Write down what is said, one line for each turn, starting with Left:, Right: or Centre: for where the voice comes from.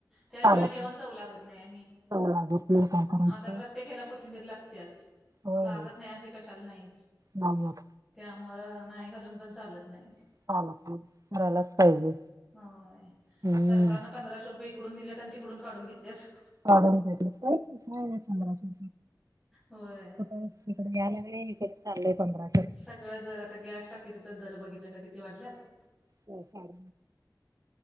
Centre: त्याशिवाय
Right: चालत
Centre: जेवण
Right: नाही
Centre: लागत नाही आणि
Right: चव लागत नाही काय करायचं
Centre: आता प्रत्येक हला कोथिंबीर लागते आज
Right: होय
Centre: लागत नाही अशी कशाला नाहीच
Right: नाही होत.
Centre: त्यामुळं नाही घालून पण चालत नाही
Right: चालत नाही करायलाच पाहिजे
Centre: हो
Right: हम्म.
Centre: सकारने पंधरा सो रुपये तिकडून दिलेत आणि तिकडून काढून घेतलेत
Right: ढून काय पंधराशे
Centre: होय
Right: तु इिकडे यायला वे चाले पंधरा
Centre: सगळ दर आता गॅस टाकीच तर दर बघितल्यास किती वाटल्यात
Right: हो सार